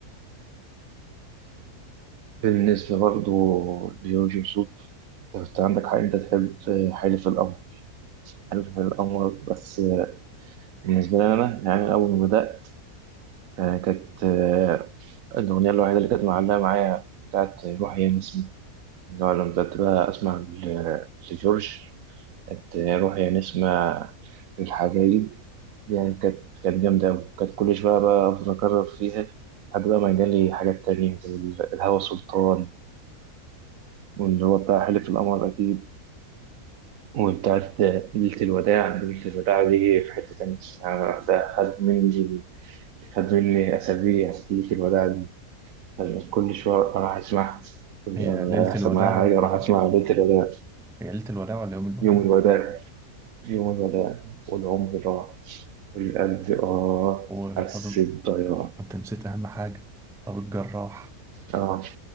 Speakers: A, on the right (about 65°); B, in the centre.
A: بالنسبة برضه لجورج وسوف أنت عندك حق أنت تحب حلف القمر حلف القمر بس بالنسبة لي أنا يعني أول ما بدأت كانت آه، الأغنية الوحيدة اللي كانت معلقة معايا بتاعت روحي يا نسمة اللي هو لما بدأت بقى أسمع ل- لجورج كانت روحي يا نسمة للحبايب دي يعني كانت كانت جامدة أوي كانت كل شوية بقى أفضل أكرر فيها لحد بقى ما جالي حاجات تانية زي ال- الهوى سلطان واللي هو بتاع حلف القمر أكيد وبتاعت ليلة الوداع ليلة الوداع دي في حتة تانية يعني ده خد مني خد مني أسابيع ليلة الوداع دي. كل شوية أروح أسمعها كل-
B: هي
A: آه،
B: ليلة
A: هيحصل
B: الوداع
A: معايا
B: ولا
A: حاجة أروح أسمع ليلة الوداع
B: هي ليلة الوداع ولا يوم الوداع
A: يوم الوداع يوم الوداع والعمر راح والقلب آه
B: وطبيب
A: حسيت ضياع
B: انت نسيت اهم حاجة طبيب جراح
A: اه